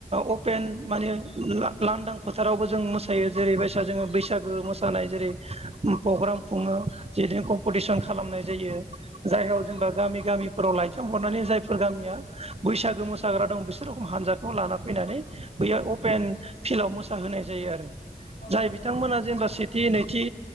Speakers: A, on the right; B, on the left.
A: अपेन माने लांदां फोथारावबो जों मोसायो जेरै बायसा जोङो बैसागो मोसानाय जेरै प्रग्राम खुङो जेनै कम्पिटिसन खालामनाय जायो जायगायाव
B: औ नंगौ
A: जों दा
B: नोंथां
A: गामि गामिफोराव लाय हरनानै जायफोर गामिया बैसागो मोसाग्रा दं बिसोर हानजाखौ लाना फैनानै बैयाव अपेन फिल्डआव मोसाहोनाय जायो आरो
B: औ
A: जाय
B: नंगौ
A: बिथांमोना
B: नोंथां थारैनो
A: जेनेबा सेथि
B: औ
A: नैथि